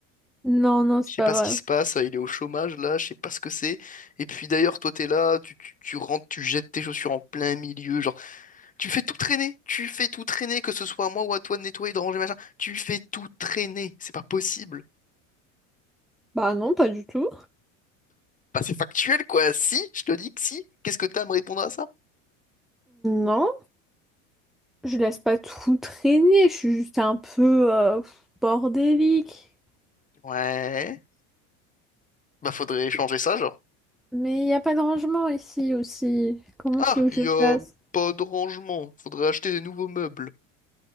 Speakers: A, in the centre; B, on the left.
A: Non, non, c'est
B: Je sais
A: pas
B: pas
A: vrai.
B: ce qui se passe, euh, il est au chômage là, je sais pas ce que c'est. Et puis d'ailleurs, toi t'es là, tu, tu, tu rentres, tu jettes tes chaussures en plein milieu, genre tu fais tout traîner, tu fais tout traîner, que ce soit à moi ou à toi de nettoyer, de ranger, machin, tu fais tout traîner, c'est pas possible.
A: Bah non, pas du tout.
B: Bah c'est factuel quoi, si, je te dis que si, qu'est-ce que t'as à me répondre à ça?
A: Non, je laisse pas tout traîner, je suis juste un peu euh, bordélique.
B: Ouais, bah faudrait changer ça, genre.
A: Mais il n'y a pas de rangement ici aussi. Comment
B: Ah,
A: tu veux que
B: y
A: je
B: a
A: fasse?
B: pas de rangement, faudrait acheter des nouveaux meubles.